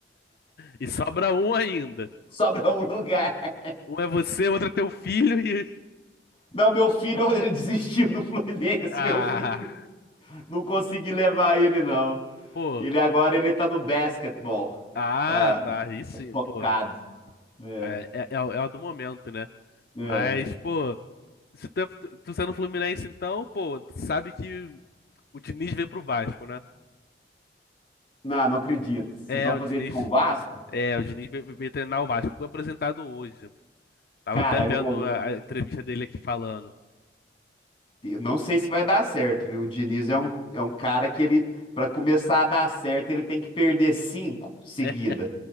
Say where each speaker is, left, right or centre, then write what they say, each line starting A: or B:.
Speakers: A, on the left; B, on the left.
A: E sobra um ainda.
B: Sobra um lugar.
A: Um é você, outro é teu filho e. <laughs>
B: Não, meu filho, <laughs> ele desistiu do Fluminense,
A: Ah,
B: meu filho. Não consegui levar ele, não.
A: pô.
B: Ele agora, ele tá no basquetebol.
A: Ah,
B: Tá
A: tá. Aí sim,
B: focado.
A: pô.
B: É,
A: É, é, é, o é o do momento, né?
B: é.
A: Mas, pô, se tu, é- tu, tu sendo Fluminense, então, pô, tu sabe que o Diniz vem pro Vasco, né?
B: Não, não acredito. Vocês
A: É,
B: vão
A: o
B: fazer
A: Diniz.
B: isso com o Vasco?
A: É, o Diniz veio, veio treinar o Vasco. Foi apresentado hoje. Tava
B: Cara,
A: até vendo
B: eu, eu-
A: a, a entrevista dele aqui falando.
B: eu não sei se vai dar certo, viu? O Diniz é um, é um cara que ele, pra começar a dar certo, ele tem que perder cinco seguida.
A: É,